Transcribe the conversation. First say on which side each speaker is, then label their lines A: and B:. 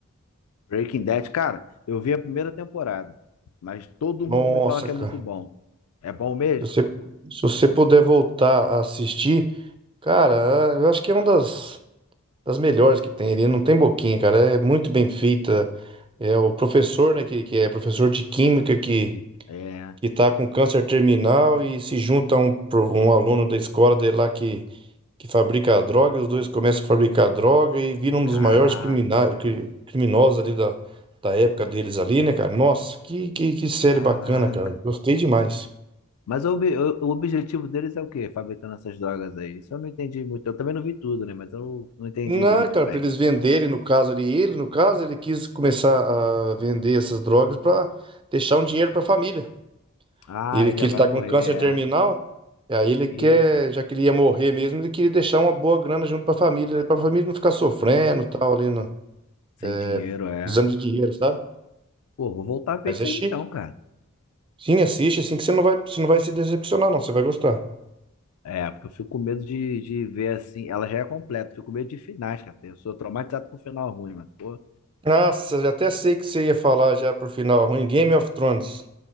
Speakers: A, on the left (about 85°); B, on the right (about 20°).
A: Breaking Bad, cara, eu vi a primeira temporada, mas todo
B: Nossa,
A: mundo me fala que
B: cara.
A: é muito bom. É bom mesmo?
B: Se você, se você puder voltar a assistir, cara, eu acho que é uma das, das melhores que tem. Ele não tem boquinha, cara. É muito bem feita. É o professor, né, que, que é professor de química que
A: De, é,
B: que tá com câncer terminal e se junta a um, pro- um aluno da escola dele lá que que fabrica a droga, e os dois começam a fabricar a droga e viram um
A: caraca,
B: dos maiores crimina- cri- criminosos ali da, da época deles ali, né, cara? Nossa, que, que, que série
A: caraca.
B: bacana, cara. Gostei demais.
A: Mas o, obje- o- o objetivo deles é o quê? Fabricando essas drogas aí. Isso eu não entendi muito. Eu também não vi tudo, né? Mas eu não entendi
B: Não,
A: muito
B: cara,
A: bem.
B: pra eles venderem, no caso ali, ele, no caso, ele quis começar a vender essas drogas para deixar um dinheiro pra família.
A: Ah,
B: Ele
A: ele
B: que
A: já
B: ele
A: vai
B: tá
A: morrer,
B: com câncer
A: é.
B: terminal, e aí ele quer,
A: Eita,
B: já que ele ia morrer mesmo, ele queria deixar uma boa grana junto pra família, para a família não ficar sofrendo e tal, ali, no,
A: sem
B: é,
A: dinheiro, é.
B: precisando de dinheiro, sabe?
A: Pô, vou voltar a ver
B: Mas
A: isso
B: é chique.
A: aí então, cara.
B: Sim, assiste, assim que você não vai, você não vai se decepcionar, não. Você vai gostar.
A: É, porque eu fico com medo de, de ver assim. Ela já é completa, fico com medo de finais, cara. Eu sou traumatizado com final ruim, mano. Pô,
B: Nossa, já até sei o que você ia falar já pro final ruim. Game of Thrones.